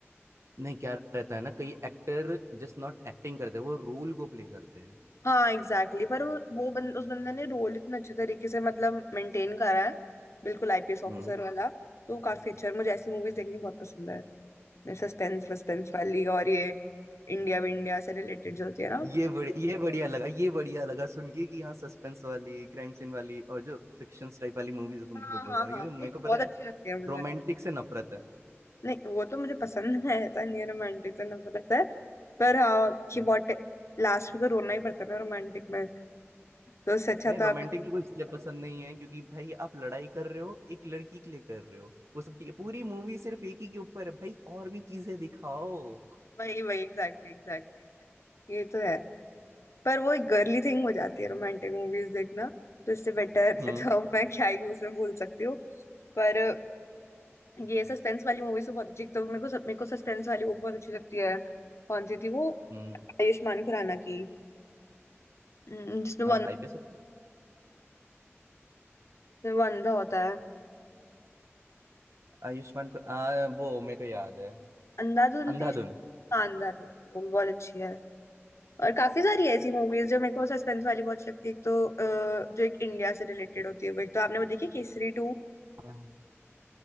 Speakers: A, on the right; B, on the left.
A: नहीं क्या रहता है ना कई एक्टर जस्ट नॉट एक्टिंग करते वो रोल को प्ले करते हैं
B: हाँ एग्जैक्टली exactly, पर वो वो बन, उस बंदे ने रोल इतने अच्छे तरीके से मतलब मेंटेन करा है बिल्कुल आईपीएस ऑफिसर
A: हम्म
B: वाला तो वो काफी अच्छा है। और मुझे ऐसी मूवीज देखनी बहुत पसंद है सस्पेंस वस्पेंस वाली और ये इंडिया विंडिया से रिलेटेड जो होती है ना
A: ये बड़, ये बढ़िया लगा ये बढ़िया लगा सुन के कि हाँ सस्पेंस वाली क्राइम सीन वाली और जो फिक्शन टाइप वाली मूवीज तुमको
B: हाँ
A: पसंद
B: हाँ
A: है
B: हाँ
A: क्योंकि
B: वो
A: मेरे
B: बहुत
A: को पता
B: अच्छी
A: है
B: लगती है मुझे
A: रोमांटिक से नफरत है
B: नहीं वो तो मुझे पसंद है ऐसा नहीं रोमांटिक से नफरत रहता है पर हाँ कि
A: हाँ।
B: वॉट लास्ट में तो रोना ही पड़ता है ना रोमांटिक में तो उससे अच्छा
A: नहीं
B: तो
A: रोमांटिक
B: आप
A: मेरे को इसलिए <laughs> पसंद नहीं है क्योंकि भाई आप लड़ाई कर रहे हो एक लड़की के लिए कर रहे हो वो सब ठीक है पूरी मूवी सिर्फ एक ही के ऊपर है भाई और भी चीजें दिखाओ
B: वही वही एग्जैक्टली एग्जैक्टली ये तो है पर वो एक गर्ली थिंग हो जाती है रोमांटिक मूवीज देखना तो इससे बेटर
A: हम्म
B: तो मैं क्या ही उसमें बोल सकती हूँ पर ये सस्पेंस वाली मूवीज तो बहुत अच्छी तो मेरे को मेरे को सस्पेंस वाली वो बहुत अच्छी लगती है कौन सी थी वो
A: हम्म
B: आयुष्मान खुराना की हम्म, जिसमें वो अंधा,
A: आईपीएस
B: जिसमें वो अंधा होता
A: आयुष्मान को आ, वो मेरे को याद है
B: अंधाधुन
A: अंधाधुन
B: थी शानदार थी वो भी बहुत अच्छी है और काफी सारी ऐसी मूवीज जो मेरे को सस्पेंस वाली बहुत अच्छी लगती है एक तो अ, जो एक इंडिया से रिलेटेड होती है वो एक तो आपने वो देखी केसरी टू
A: हाँ।